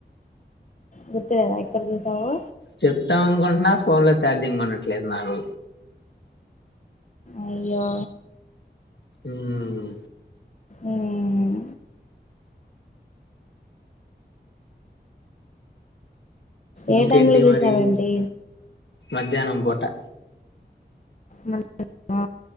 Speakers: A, on the left (about 45°); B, on the left (about 75°).
A: గుర్తులేదా ఎక్కడ చూశావో
B: చెప్తాం అనుకుంటున్నా ఫోన్ లో ఛార్జింగ్ ఉండట్లేదు నాకు
A: అయ్యో
B: హమ్
A: అమ్
B: ఇంకేంటి
A: ఏ టైమ్ లో చూశావేంటి
B: మరి మధ్యాహ్నం పోటా
A: మళ్ళి వా